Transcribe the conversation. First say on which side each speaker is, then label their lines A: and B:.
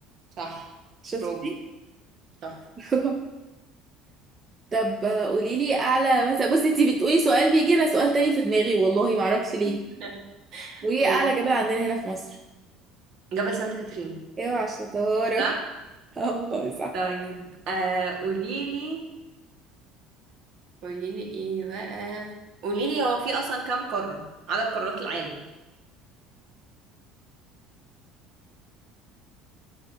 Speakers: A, on the right; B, on the right.
A: صح
B: شفتي
A: برافو تحفة
B: <laughs> طب آه، قوليلي اعلى مثلا بصي انتي بتقولي سؤال بيجي لنا سؤال تاني في دماغي والله ما اعرفش
A: <laughs>
B: ليه وايه
A: قولي
B: اعلى جبل عندنا هنا في مصر
A: جبل سانت كاترين
B: اوعى الشطارة
A: صح
B: <laughs> اه والله صح
A: طيب آه قوليلي قوليلي ايه بقى قوليلي هو في اصلا كام قارة عدد قارات العالم